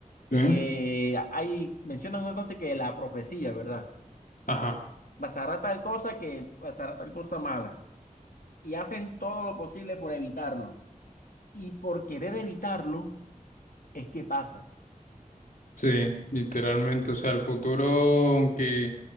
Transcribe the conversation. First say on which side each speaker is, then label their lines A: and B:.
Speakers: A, on the left (about 70°); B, on the left (about 80°).
A: Sí.
B: que hay, mencionan una cosa que la profecía, ¿verdad?
A: Ajá,
B: pasará tal cosa que pasará tal cosa mala. Y hacen todo lo posible por evitarlo. Y por querer evitarlo es que pasa.
A: sí, literalmente, o sea, el futuro, aunque,